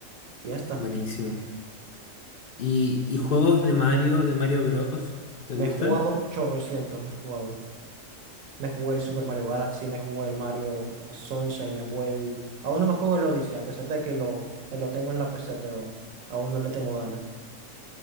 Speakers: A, on the right; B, on the left.
A: Y ya está.
B: buenísimo. ¿Y, y juegos de Mario, de Mario Bros, te
A: Me
B: gustan?
A: he jugado chorrocientos, me he jugado. Me jugué el Super Mario Galaxy, me jugué el Mario Sunshine, me jugué el... Aún no me juego el Odyssey, a pesar de que lo, lo tengo en la PC, pero aún no le tengo ganas.